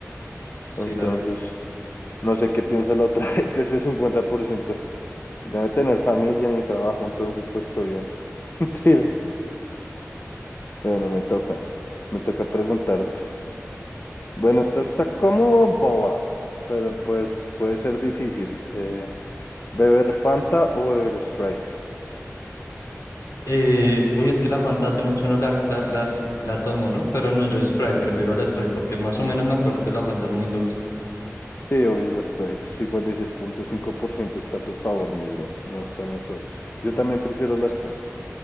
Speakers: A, on the left; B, on the left.
A: Sí,
B: Entonces,
A: dale.
B: no sé qué piensa la otra <laughs> gente, ese cincuenta por ciento Debe tener familia ni trabajo, entonces pues estoy bien. <laughs> Mentira. Bueno, me toca, me toca preguntarte. Bueno, esta está como boba, pero pues puede ser difícil. Eh, ¿beber Fanta o beber Sprite?
A: Eh, uy, es que la Fanta hace mucho no la, la, la, la tomo, ¿no? Pero no, yo Sprite, prefiero la Sprite porque más o menos me acuerdo que la Fanta es muy dulce.
B: Sí, obvio, la Sprite. cincuenta y seis punto cinco por ciento está a tu favor, mi bro. No estamos solos. Yo también prefiero la Sprite.